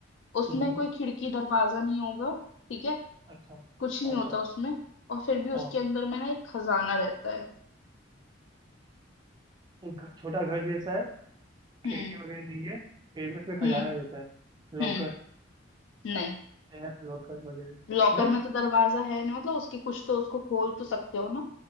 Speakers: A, on the left; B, on the right.
A: उसमें
B: हम्म,
A: कोई खिड़की दरवाजा नहीं होगा ठीक है
B: अच्छा
A: कुछ नहीं
B: अच्छा
A: होता उसमें और फिर भी उसके
B: हाँ
A: अंदर में ना एक खजाना रहता है
B: एक घर, छोटा घर जैसा है
A: हम्म
B: खिड़की वगैरह नहीं है फिर भी उसमें
A: हम्म
B: खजाना रहता है लॉकर
A: हम्म नहीं
B: एफ लॉकर वगैरह
A: लॉकर
B: नहीं
A: में तो दरवाजा है ना मतलब उसके कुछ तो उसको खोल तो सकते हो ना